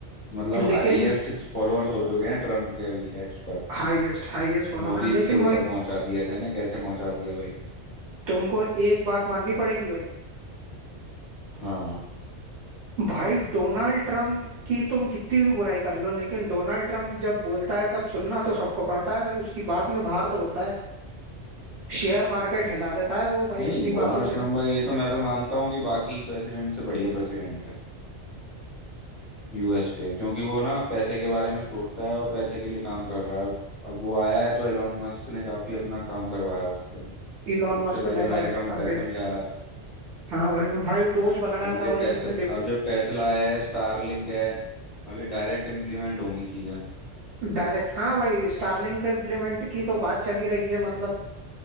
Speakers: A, on the left; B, on the right.
A: मतलब
B: लेकिन
A: हाईएस्ट फॉलोअर्स हो चुके हैं ट्रम्प के अभी एक्स पर
B: हाईएस्ट हाईएस्ट फॉलोअर
A: मोदी
B: लेकिन
A: जी से ऊपर
B: भाई
A: पहुंचा दिया जाने कैसे पहुंचा दिया भाई
B: तुमको एक बात माननी पड़ेगी भाई
A: हाँ
B: भाई डोनाल्ड ट्रम्प की तुम कितनी भी बुराई कर लो लेकिन डोनाल्ड ट्रम्प जब बोलता है तब सुनना तो सबको पड़ता है भाई उसकी बात में भार तो होता है शेयर मार्केट हिला देता है वो भाई
A: नहीं
B: अपनी
A: डोनाल्ड
B: बातों से
A: ट्रम्प भाई ये तो मैं तो मानता हूँ कि बाकी प्रेसिडेंट से बढ़िया प्रेसिडेंट है यूएस के क्योंकि वो ना पैसे के बारे में सोचता है और पैसे के लिए काम कर रहा है अब वो आया है तो एलोन मस्क ने काफी अपना काम करवाया उससे
B: इलॉन
A: उससे
B: मस्क
A: भाई
B: ने
A: अमेरिका
B: का
A: में
B: काफी
A: पैसा भी आ रहा है
B: हाँ भाई भाई डोज बनाया
A: अब ये
B: था भाई
A: टेस
B: उनने
A: अब जो टेस्ला है स्टारलिंक है अब ये डायरेक्ट इम्प्लीमेंट होंगी चीजें
B: डायरेक्ट हाँ भाई स्टारलिंक को इम्प्लीमेंट की तो बात चली रही है मतलब